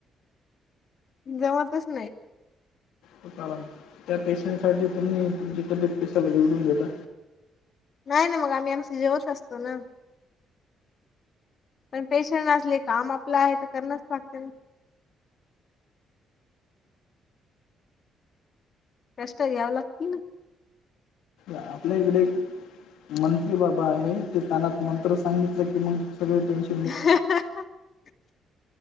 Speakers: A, on the left; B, on the left.
A: जमातच नाही.
B: हो. त्या पेशंसाठी तुम्ही तुमच्या तु पैशला बिघडून घेता.
A: नाही ना मग आम्ही आमशी जेवत असतो ना. पण पेशं असले काम आपलं आहे तर करणच लागते ना. कष्ट घ्यावं लागतील ना.
B: आपल्या इकडे. मंत्री बाबा आहे ते त्यांनात मंत्र सांगितलं की मग सगळ टेनशन.
A: ह